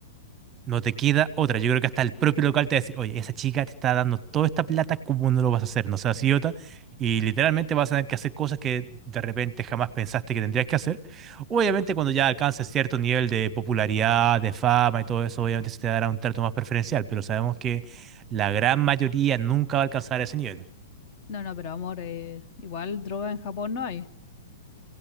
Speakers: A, on the right; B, on the left.
A: no te queda otra. Yo creo que hasta el propio local te va a decir, oye, esa chica te está dando toda esta plata, ¿cómo no lo vas a hacer? No seas idiota. Y literalmente vas a tener que hacer cosas que de repente jamás pensaste que tendrías que hacer. Obviamente cuando ya alcances cierto nivel de popularidad, de fama y todo eso, obviamente se te dará un trato más preferencial, pero sabemos que la gran mayoría nunca va a alcanzar ese nivel.
B: No, no, pero amor, eh, igual droga en Japón no hay.